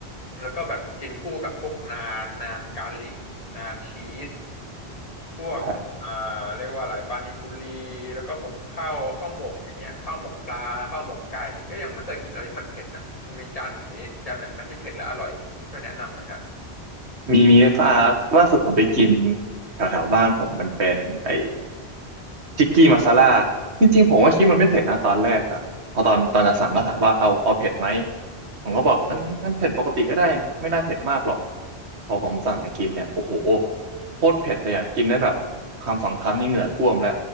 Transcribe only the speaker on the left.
แล้วก็แบบกินคู่กับพวกนานนานกาลิกนานชีสพวกอ่าเรียกว่าอะไรปานิปุรีแล้วก็พวกข้าวข้าวหมกอย่างเงี้ยข้าวหมกปลาข้าวหมกไก่ก็ยังไม่เคยกินอะไรที่มันเผ็ดนะมันมีจานไหนจานไหนไหมที่เผ็ดและอร่อยช่วยแนะนำหน่อยฮะ